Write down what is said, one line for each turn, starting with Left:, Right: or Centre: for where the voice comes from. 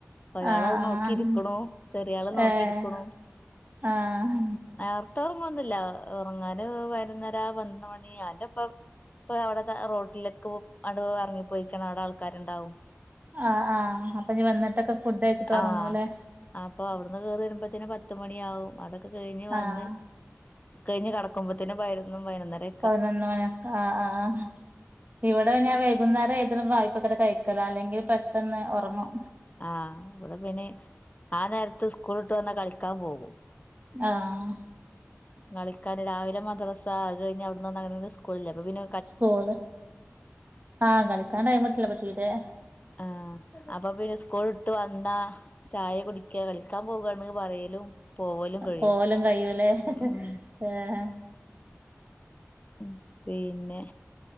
Left: ഒരാളത്
Right: ആഹ് ആഹ്
Left: നോക്കിരിക്കണു ചെറിയാള് നോക്കിരിക്കണു
Right: ഏഹ് ആഹ്
Left: ആർ ത്തൊർങ്ങൊന്നുല്ല ഒറങ്ങാന് പതിനൊന്നര പന്ത്രണ്ട് മണി ഞാന്റൊപ്പം ഇപ്പ അവിടെത്തെ റോ ട്ടിലൊക്കെ അടു ഇറങ്ങി പോയിക്കണ് അവിടെ ആൾക്കാരെണ്ടാവും
Right: ആഹ് ആഹ് അപ്പൊ ഇഞ്ഞി വന്നിട്ടൊക്കെ ഫുഡയ്ച്ചിട്ട്
Left: ആഹ്
Right: ഒറങ്ങുവല്ലേ
Left: അപ്പൊ അവിടുന്ന് കയറിവരുമ്പോത്തേനും പത്ത് മണിയാവും അതൊക്കെ കഴിഞ്ഞ് വന്ന്
Right: ആഹ്
Left: കഴിഞ്ഞ് കെടക്കുമ്പത്തേന് പൈനൊന്ന് പൈനൊന്നരെ
Right: പതിനൊന്ന് മണിയക്ക ആഹ് ആഹ് ഇവിടെ പിന്നെ വൈകുന്നേരം ഏതിനും വായ്പൊക്കെ കഴിഞ്ഞ് കഴിക്കലോ അല്ലെങ്കിൽ പെട്ടെന്ന് ഒറങ്ങും
Left: ആഹ് ഇവിടെ പിന്നെ ആ നേരത്ത് സ്കൂള് വിട്ട് വന്നാ കളിക്കാൻ പോകും
Right: ആഹ്
Left: കളിക്കാന് രാവിലെ മദ്രസ അത് കഴിഞ്ഞ് അവിടുന്ന് വന്നങ്ങന സ്കൂളില്ലെ അപ്പപിന്നെ
Right: സ്കൂള് ആഹ് കളിക്കാൻ ടൈമെടുത്തില്ല അപ്പ തീരേ
Left: ആഹ് അപ്പൊ പിന്നെ സ്കൂൾ വിട്ട് വന്നാ ചായ കുടിക്ക കളിക്കാൻ പോകാണ് പറയലും പോവലും കഴിയും
Right: പോവലും കഴിയുലേ
Left: ഉം
Right: ഏഹ്
Left: ഉം പിന്നെ